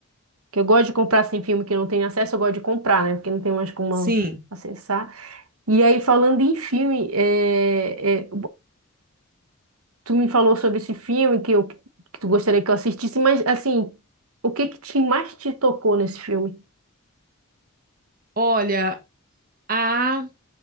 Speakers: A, on the right; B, on the right.
A: Porque eu gosto de comprar assim, filme que não tem acesso, eu gosto de comprar, né? Porque não tem mais como
B: Sim.
A: acessar. E aí, falando em filme, é, é, tu me falou sobre esse filme que, eu, que tu gostaria que eu assistisse, mas assim, o que que te, mais te tocou nesse filme?
B: Olha, a